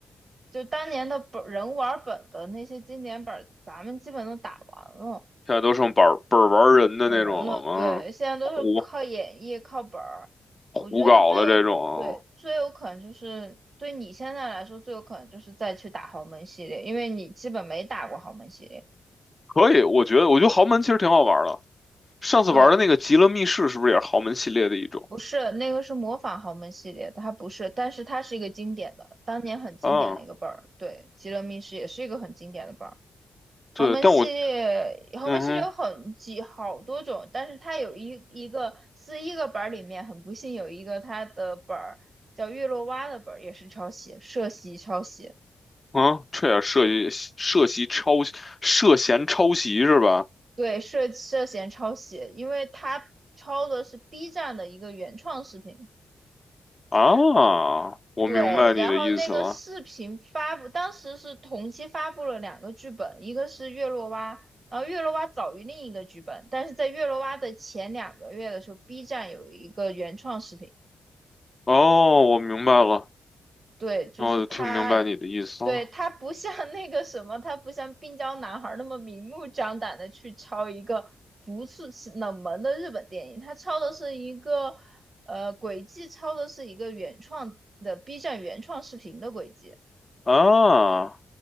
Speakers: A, on the right (about 50°); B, on the left (about 30°).
A: 就当年的本人物玩本的那些经典本儿咱们基本都打完了。
B: 在都剩本儿本儿玩人的那种了嘛，
A: 本人了，对，现在都是靠演绎、
B: 胡
A: 靠本儿。
B: 胡搞的这种，
A: 我觉得最有，对，最有可能就是对你现在来说，最有可能就是再去打豪门系列，因为你基本没打过豪门系列。
B: 可以，我觉得我觉得豪门其实挺好玩的。上次玩的那个《极乐密室》是不是也是豪门系列的一种？
A: 对，不是，那个是模仿豪门系列的它不是，但是它是一个经典的，当年很经典的一个本儿。
B: 啊，
A: 对，《极乐密室》也是一个很经典的本儿。豪门系列，
B: 对，但我
A: 豪门系列有很几好多种，
B: 嗯
A: 但是它有一一个四十一个本儿里面，很不幸有一个它的本儿叫月落蛙的本儿也是抄袭，涉袭抄袭，
B: 哼啊，这也涉及涉及抄涉嫌抄袭是吧？
A: 对，涉涉嫌抄袭，因为它抄的是 B 站的一个原创视频，
B: 啊，我明白你的意思了。
A: 对，然后那个视频发布，当时是同期发布了两个剧本，一个是月落蛙，然后月落蛙早于另一个剧本，但是在月落蛙的前两个月的时候，B 站有一个原创视频，
B: 哦，我明白了，
A: 对，就是他，
B: 那我就听明白你的意思了。
A: 对，他不像那个什么，他不像病娇男孩那么明目张胆的去抄一个不是冷门的日本电影，他抄的是一个，呃，轨迹抄的是一个原创的 B 站原创视频的轨迹。
B: 啊